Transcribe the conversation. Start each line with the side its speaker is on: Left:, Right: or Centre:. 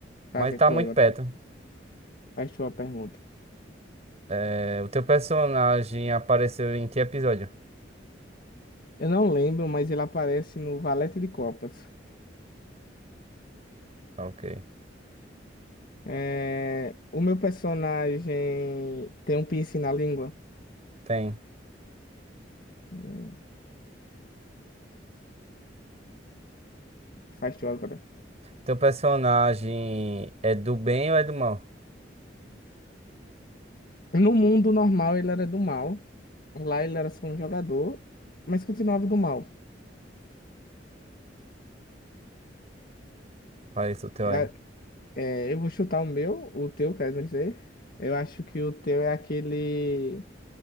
Left: fazer
Right: Mas tá
Left: tu
Right: muito
Left: agora.
Right: perto.
Left: tu- Faz tua pergunta.
Right: É, o teu personagem apareceu em que episódio?
Left: Eu não lembro, mas ele aparece no Valete de Copas.
Right: Ok.
Left: É, o meu personagem tem um piercing na língua.
Right: Tem. O
Left: Hum, Faz tu agora.
Right: teu personagem é do bem ou é do mal?
Left: No mundo normal ele era do mal. Lá ele era só um jogador, mas continuava do mal.
Right: Fala isso o teu
Left: É,
Right: aí.
Left: é, eu vou chutar o meu, o teu, quer dizer. Eu acho que o teu é aquele.